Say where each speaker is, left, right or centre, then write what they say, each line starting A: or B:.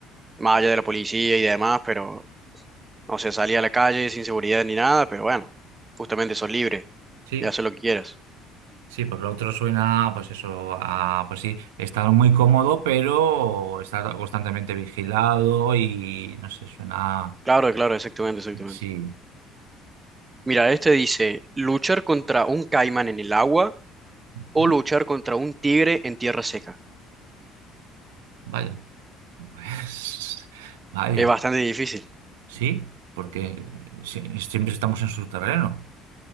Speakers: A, on the right; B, on the right.
A: más allá de la policía y demás, pero, o sea, salí a la calle sin seguridad ni nada, pero bueno, justamente sos libre
B: Sí,
A: de hacer lo que quieras.
B: sí, porque lo otro suena, pues eso, a, pues sí, estar muy cómodo pero estar constantemente vigilado y no sé, suena.
A: Claro, claro, exactamente, exactamente.
B: Sí.
A: Mira, este dice, luchar contra un caimán en el agua o
B: ¿Mm?
A: luchar contra un tigre en tierra seca.
B: Vaya. Pues <laughs> vaya,
A: Es bastante difícil.
B: sí, porque eh, sie- siempre estamos en su terreno.